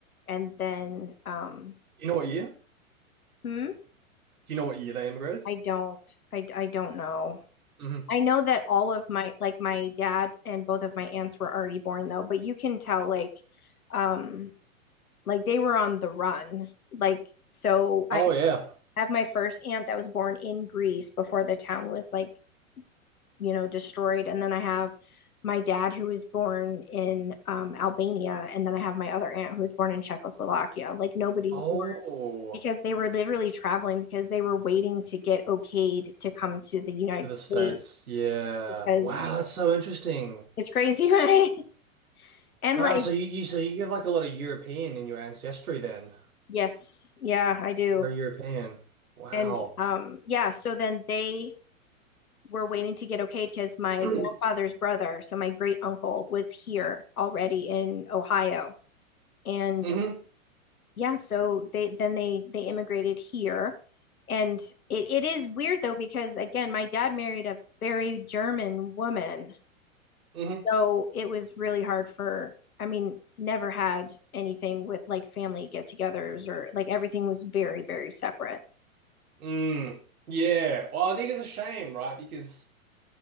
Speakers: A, on the left; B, on the right.
A: And then, um,
B: Do you know what year?
A: hmm,
B: Do you know what year they immigrated?
A: I don't, I, I don't know.
B: mhm.
A: I know that all of my like my dad and both of my aunts were already born though, but you can tell like um like they were on the run. Like so
B: Oh
A: I
B: yeah.
A: have my first aunt that was born in Greece before the town was like, you know, destroyed and then I have my dad who was born in um, Albania and then I have my other aunt who was born in Czechoslovakia. Like nobody's
B: Oh,
A: born because they were literally traveling because they were waiting to get okayed to come to the United
B: to the
A: States
B: States. Yeah.
A: because
B: Wow, that's so interesting.
A: it's crazy, <laughs> right? And
B: Wow,
A: like,
B: so you, you so you have like a lot of European in your ancestry then.
A: yes, yeah, I do.
B: Very European. Wow.
A: And um, yeah, so then they were waiting to get okayed because my
B: <clears throat>
A: grandfather's brother, so my great uncle, was here already in Ohio. And
B: Mm-hmm.
A: yeah, so they then they they immigrated here. And it, it is weird though, because again, my dad married a very German woman.
B: Mm-hmm.
A: So it was really hard for, I mean, never had anything with like family get-togethers or like everything was very, very separate.
B: Mm. Yeah. Well, I think it's a shame, right? Because